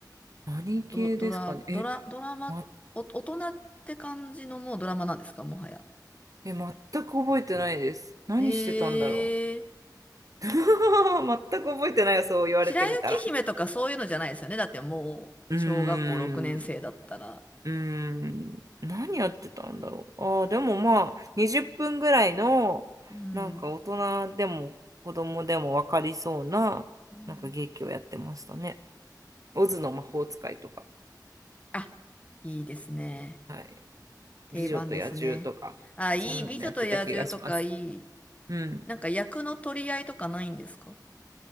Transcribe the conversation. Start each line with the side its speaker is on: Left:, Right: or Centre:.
Right: 何系ですかね。
Left: ド、ドラ、
Right: え、
Left: ドラ、ドラマ、
Right: 待っ
Left: お、大人って感じのもうドラマなんですかもはや。
Right: え、全く覚えてないです。何してたんだろ
Left: ええ
Right: う。<laughs> 全く覚えてないよ、そう言われてみたら。
Left: 白雪姫とかそういうのじゃないですよね。だってもう、
Right: うーん、
Left: 小学校6年生だったら。
Right: うーん、何やってたんだろう。ああ、でもまあ、20分ぐらいの、
Left: うん。
Right: なんか大人でも子供でも分かりそうな、
Left: うん
Right: なんか劇をやってましたね。オズの魔法使いとか、
Left: あ、いいですね。
Right: はい。
Left: 定番ですね。
Right: 美女と野獣とか、
Left: あ、いい。
Right: そんなのやってた気がします。
Left: 美女と野獣とかいい。
Right: うん。
Left: なんか役の取り合いとかないんですか